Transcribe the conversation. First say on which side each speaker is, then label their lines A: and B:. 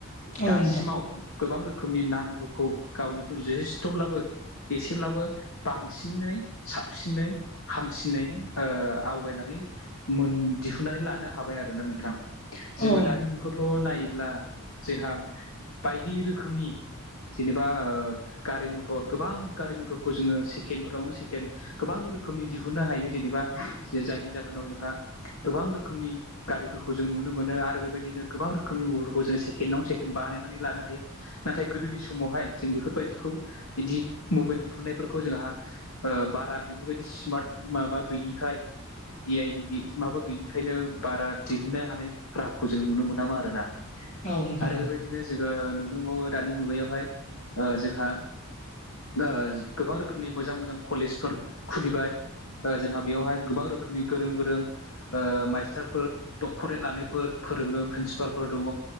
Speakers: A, on the left; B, on the left.
A: औ
B: दासिमाव
A: नोंथां
B: गोबां रोखोमनि नांगौखौ गावनिखौ जथेस्थ'ब्लाबो एसेब्लाबो बांसिनै साबसिनै हामसिनै ओ आवगायनानै मोन दिहुननानै लानो हाबाय आरोना नोंथां। जोङो
A: औ नोंथां
B: दानि मुगायावथ' थ' नायोब्ला जोंहा बायदि रोखोमनि जेनेबा ओ गारि मटर गोबां गारि मटरखौ जोङो सेकेण्डफोरावनो सेकेण्ड गोबां रोखोमनि दिहुननो हायो जेनेबा जायनि जाहोनाव जोंहा गोबां रोखोमनि गारिफोर खौ जों नुनो मोनो आरो बेबायदिनो गोबां रोखोमनि वलखौ जों सेकेणडआव सेकेण्ड बानायनानै लानो हायो। नाथाय गोदोनि समावहाय जों बेफोरबायदिखौ बिदि मबाइल दिहुननायफोरखौ जोंहा ओ बारा बेफोरबायदि स्मार्ट माबा गैयिखाय ए आइ नि माबा गैयिखायनो बारा दिहुननो हानाय राहाखौ जों नुनो मोनामा आरोना।
A: औ नोंथां
B: आरो बेबायदि बिदिनो जोङो नुनोबावो दानि मुगायावहाय ओ जोहा ओ गोबां रोखोमनि मोजां मोजां कलेजफोर खुलिबाय। ओ जोंहा बेयावहाय गोबां रोखोमनि गोरों गोरों ओ माइस्टारफोर डक्ट'रेट लानायफोर फोरोङो प्रिनसिपालफोर दङ।